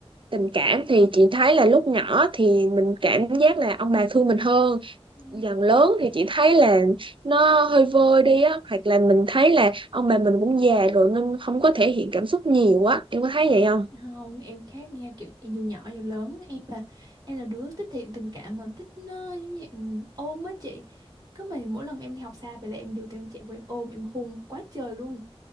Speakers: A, on the right; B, on the right.
A: tình cảm thì chị thấy là lúc nhỏ thì mình cảm giác là ông bà thương mình hơn
B: Ừ.
A: dần lớn thì chị thấy là nó hơi vơi đi á hoặc là mình thấy là ông bà mình cũng già rồi nên không có thể hiện cảm xúc nhiều á em có thấy vậy không
B: không em khác nha kiểu em dù nhỏ dù lớn em là em là đứa thích thiện tình cảm mà thích nó giống như ừ, ôm á chị cứ mà mỗi lần em đi học xa về là em đều tụi em chạy vô em ôm em hôn quá trời luôn